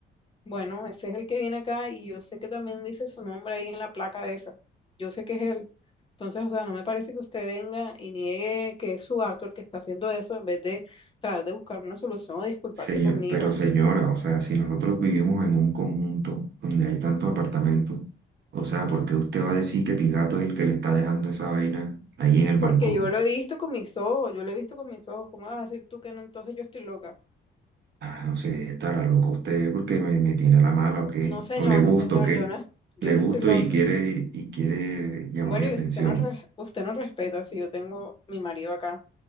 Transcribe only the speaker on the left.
Bueno, ese es el que viene acá y yo sé que también dice su nombre ahí en la placa de esa. Yo sé que es él. Entonces, o sea, no me parece que usted venga y niegue que es su gato el que está haciendo eso en vez de tratar de buscar una solución o disculparse
conmigo.
Porque yo lo he visto con mis ojos, yo lo he visto con mis ojos. ¿Cómo vas a decir tú que no? Entonces yo estoy loca.
No, señor,
no, señor,
yo no, es- yo
no
estoy loca.
Bueno,
y usted no, re- usted no respeta si yo tengo mi marido acá.